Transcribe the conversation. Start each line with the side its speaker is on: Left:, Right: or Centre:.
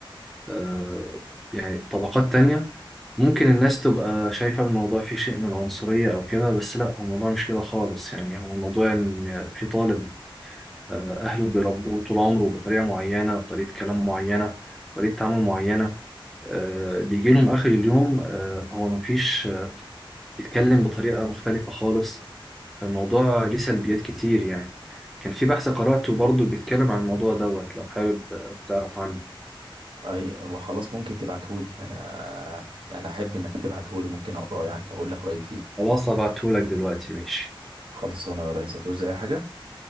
Centre: آه، يعني طبقات تانية ممكن الناس تبقى شايفة الموضوع فيه شيء من العنصرية أو كده بس لا هو الموضوع مش كده خالص يعني هو الموضوع إن في طالب آه، أهله بيربوه طول عمره بطريقة معينة بطريقة كلام معينة بطريقة تعامل معينة آه، بيجي لهم آخر اليوم آه، هو مفيش آه، بيتكلم بطريقة مختلفة خالص فالموضوع ليه سلبيات كتير يعني كان في بحث قرأته برضه بيتكلم عن الموضوع دوت لو حابب آه، تعرف عنه
Right: أي ما خلاص ممكن تبعتهولي أنا يعني أحب إنك تبعتهولي ممكن أقراه يعني وأقول لك رأيي فيه
Centre: خلاص هبعتهولك دلوقتي ماشي
Right: خلصانة يا ريس هتعوز أي حاجة